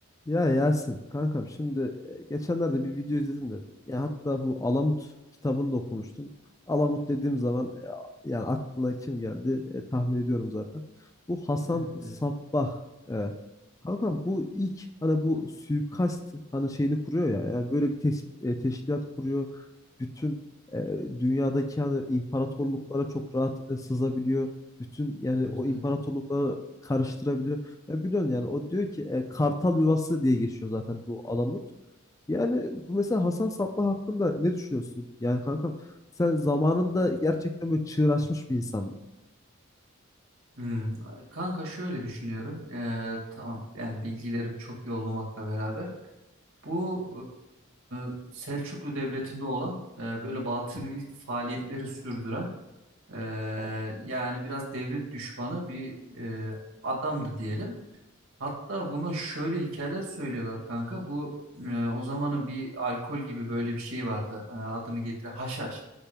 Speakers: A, on the left (about 15°); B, on the right (about 80°).
A: Ya Yasin kankam şimdi e, geçenlerde bir video izledim de ya hatta bu Alamut kitabını da okumuştum. Alamut dediğim zaman e, yani aklına kim geldi e, tahmin ediyorum zaten. Bu Hasan
B: Evet, evet,
A: Sabbah. E, kankam bu ilk hani bu suikast hani şeyini kuruyor ya. Yani böyle bir teş e, teşkilat kuruyor. Bütün e, dünyadaki hani imparatorluklara çok rahat e, sızabiliyor. Bütün yani
B: evet,
A: o imparatorlukları
B: evet.
A: karıştırabiliyor. Ya biliyorsun yani o diyor ki e, kartal yuvası diye geçiyor zaten bu Alamut. Yani bu mesela Hasan Sabbah hakkında ne düşünüyorsun? Yani kankam sen zamanında gerçekten böyle çığır açmış bir insan mı?
B: Hmm, Kanka şöyle düşünüyorum. Ee, tamam yani bilgilerim çok iyi olmamakla beraber bu e, Selçuklu Devleti'nde olan e, böyle batınilik faaliyetleri sürdüren e, yani biraz devlet düşmanı bir e, adamdı diyelim. Hatta buna şöyle hikayeler söylüyorlar kanka. Bu e, o zamanın bir alkol gibi böyle bir şey vardı. E, adını getir haşhaş.